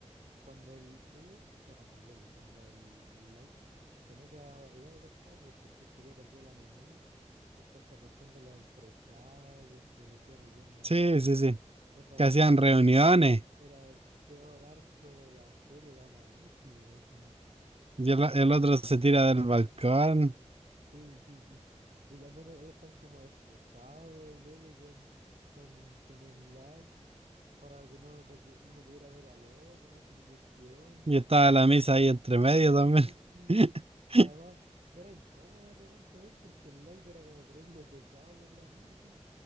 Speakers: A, on the right; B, on the right.
A: Cuando el L, o sea, cuando el L, cuando el, el Like se meta a ayudar a los pacos, pues porque había perdido la memoria. Y está esta cuestión de los empresarios que elegían a quién matar.
B: Sí, sí, sí.
A: Esa
B: Que
A: cuestión
B: hacían reuniones
A: era, era el peor arco de la serie, era malísimo, así.
B: y el, el otro se tira del balcón
A: Sí, sí, sí. Y también ahí están como esposados el L con, con, con el Like para que no, para que uno pudiera ver al otro, no sé qué cuestión.
B: y estaba la misa ahí entre medio
A: <laughs> Sí,
B: también.
A: sí,
B: <laughs>
A: sí. Además, era incómodo de repente ver porque el light era como terrible pesado con la misa.